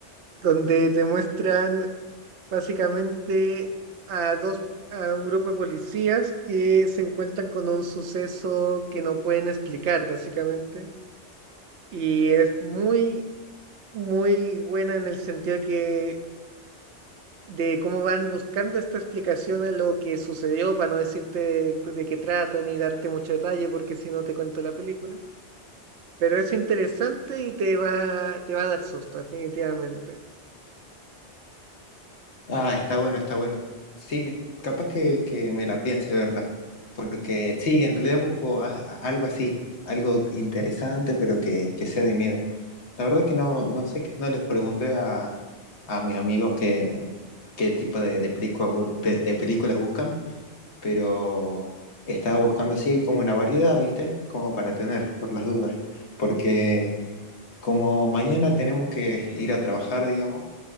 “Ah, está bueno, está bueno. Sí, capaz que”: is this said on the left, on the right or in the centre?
Left